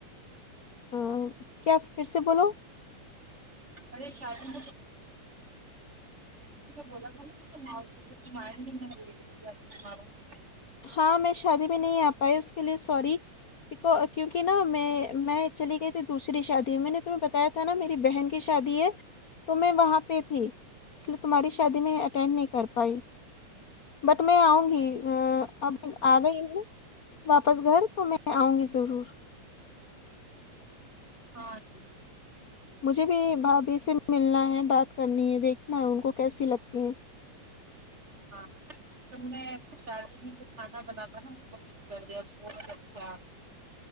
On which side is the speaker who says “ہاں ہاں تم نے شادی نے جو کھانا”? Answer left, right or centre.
Right